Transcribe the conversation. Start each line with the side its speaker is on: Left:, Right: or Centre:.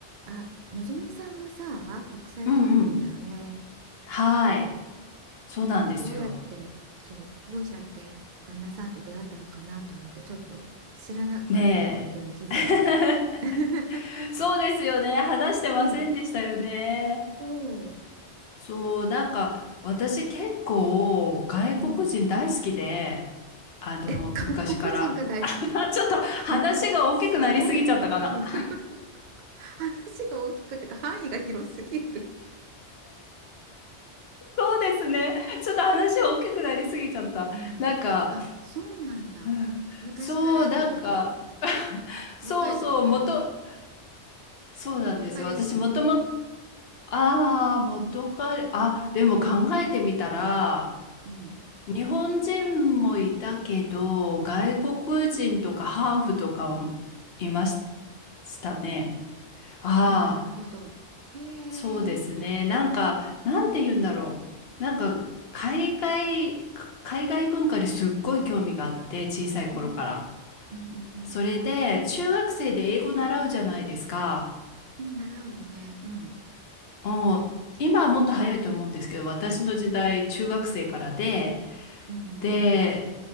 Right: あ、のぞみさんもさ、国際結婚だよね。
Left: うんうん。はい。そうなんですよ。
Right: どうやって、そう、当社って旦那さんと出会ったのかなと思って、ちょっと知らなかったってことに気づいて。
Left: ねえ。
Right: <laughs>
Left: <laughs> そうですよね。話してませんでしたよね。
Right: うん、そ
Left: そう、なんか、私結構外国人大好きで、
Right: う、うん。
Left: あの、
Right: え、外国人が大好き。
Left: 昔から。<laughs> あちょっと話が大きくなりすぎちゃったかな。
Right: <laughs> すごい。<laughs> 話が大きくてか範囲が広すぎる。
Left: そうですね。ちょっと話大きくなりすぎちゃった。
Right: うん。
Left: なんか、
Right: あ、そうなんだ。
Left: うんそう、
Right: 昔からってこと
Left: なんか、<laughs> そうそう、
Right: 若い時から。
Left: もと、そうなんですよ。
Right: 元彼氏もって。
Left: 私もともと、ああ、元彼、あ、でも考えてみたら、
Right: うん。
Left: 日本人もいたけど、外国人とかハーフとかもいましたね。ああ、
Right: ああ、なるほど。へえ、
Left: そうですね。
Right: うん
Left: なんか、なんて言うんだろう。
Right: うん
Left: なんか、海外、か海外文化にすっごい興味があって、小さい頃から。
Right: うんうんうんうんうん
Left: それで、中学生で英語習うじゃないですか。
Right: うん習うよね。うん
Left: うん今はもっと早いと思うんですけど、私の時代、中学生からで、
Right: うんうん
Left: で、